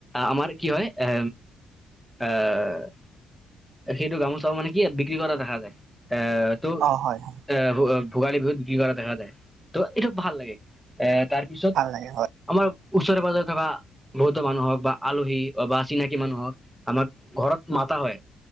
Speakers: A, in the centre; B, on the right.
A: আমাৰ কি হয় এ অহ সেইটো গামোচাও মানে কি বিক্ৰী কৰা দেখা যায়। এ টো
B: অ হয় হয়
A: এ ভো ভোগালী বিহুত বিক্ৰী কৰা দেখা যায় ত' এইটো ভাল লাগে এ। তাৰপিছত
B: ভাল লাগে হয়
A: আমাৰ ওচৰে পাঁজৰে থকা বহুতো মানুহ হওক বা আলহী বা চিনাকি মানুহওক আমাৰ ঘৰত মাতা হয়।